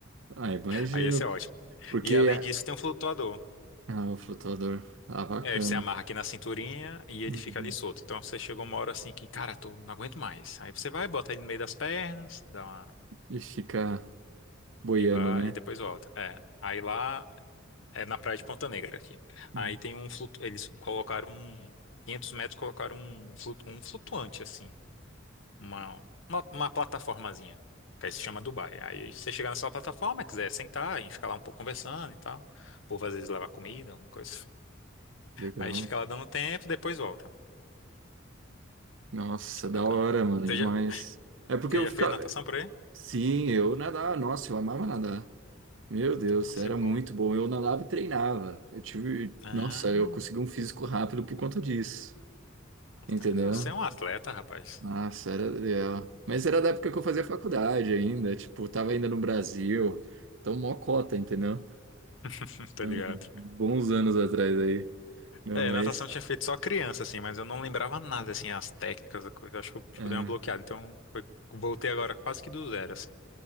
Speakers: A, on the right; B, on the left.
A: Ah, imagino.
B: Aí esse é ótimo.
A: Porque.
B: E além disso, tem um flutuador.
A: Ah, o flutuador. Ah, bacana.
B: É, você amarra aqui na cinturinha e ele
A: Uhum.
B: fica ali solto. Então você chegou uma hora assim que, cara, tô, não aguento mais. Aí você vai, bota ele no meio das pernas, dá uma.
A: E fica boiando,
B: E vai,
A: né?
B: e depois volta. É. Aí lá, é na praia de Ponta Negra aqui.
A: Hum,
B: Aí tem um flutu... Eles colocaram um. 500 metros colocaram um, flutu... um flutuante, assim. Uma, uma, uma plataformazinha. Que aí se chama Dubai. Aí você chega nessa plataforma, quiser sentar, a gente fica lá um pouco conversando e tal. O povo às vezes leva comida, alguma coisa.
A: Legal.
B: Aí fica lá dando tempo, depois volta.
A: Nossa,
B: É
A: da
B: bacana.
A: hora, mano,
B: Você
A: demais.
B: já,
A: É porque
B: você
A: eu
B: já
A: ficava.
B: fez natação por aí?
A: Sim, eu nadava. Nossa, eu amava nadar. Meu Deus,
B: Ah, você
A: era
B: é bom.
A: muito bom. Eu nadava e treinava. Eu tive.
B: Ah,
A: Nossa, eu consegui um físico rápido por conta disso.
B: mas
A: Entendeu?
B: tá- você é um atleta, rapaz.
A: Nossa, era legal. Mas era da época que eu fazia faculdade ainda. Tipo, tava ainda no Brasil. Então, mó cota, entendeu?
B: <laughs> Tá
A: Hum,
B: ligado?
A: Bons anos atrás aí. Não,
B: É,
A: mas.
B: natação eu tinha feito só criança, assim, mas eu não lembrava nada, assim, as técnicas, a coisa. Acho que eu tipo,
A: É.
B: dei uma bloqueada. Então, foi- voltei agora quase que do zero, assim.